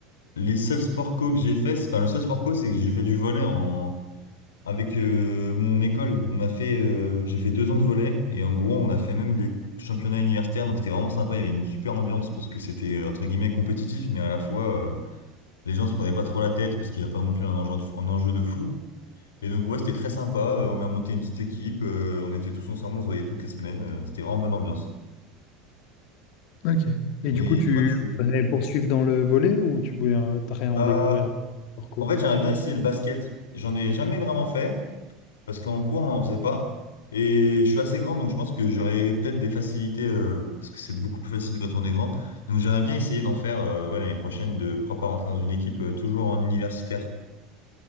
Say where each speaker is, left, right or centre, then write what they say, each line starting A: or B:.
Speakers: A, on the left; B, on the left.
A: Les seuls sports co que j'ai fait, c'est- enfin le seul sport co, c'est que j'ai fait du volley en avec euh, mon école. On a fait, euh, j'ai fait deux ans de volley et en gros on a fait même les championnats universitaires. Donc c'était vraiment sympa. Il y avait une super ambiance parce que c'était euh, entre guillemets compétitif, mais à la fois euh, les gens se prenaient pas trop la tête parce qu'il n'y a pas non plus un enjeu de, fou- un enjeu de fou. Et donc ouais, c'était très sympa. Euh, On a monté une petite équipe. euh, on était tous ensemble. On se voyait toutes les semaines. Euh, c'était vraiment bonne ambiance.
B: Ok. Et
A: Mais
B: du coup, tu
A: toi, tu,
B: voudrais poursuivre dans le volet ou tu voudrais
A: bah
B: en découvrir d'autres parcours?
A: en fait j'aimerais bien essayer le basket. J'en ai jamais vraiment fait. parce qu'en cours, on n'en faisait pas. Et je suis assez grand, donc je pense que j'aurais peut-être des facilités, euh, parce que c'est beaucoup plus facile quand on est grand. Donc j'aimerais bien essayer d'en faire euh, ouais, l'année prochaine, de pourquoi pas rentrer dans une équipe euh, toujours en universitaire.